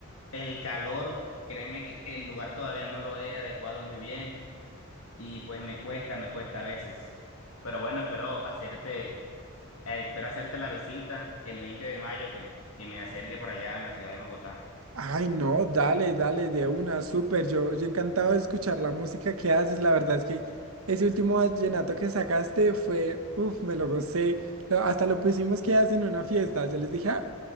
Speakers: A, on the left; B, on the right.
A: el calor, créeme que el lugar todavía no lo he adecuado muy bien y pues me cuesta, me cuesta a veces. Pero bueno, espero hacerte, eh, espero hacerte la visita el 20 de mayo que, que me acerque por allá en la ciudad de Bogotá.
B: Ay, no, dale, dale, de una, súper. Yo, yo encantado de escuchar la música que haces. La verdad es que ese último vallenato que sacaste fue, uff, me lo gocé. Lo- hasta lo pusimos que hacen en una fiesta. Yo les dije, "Ah,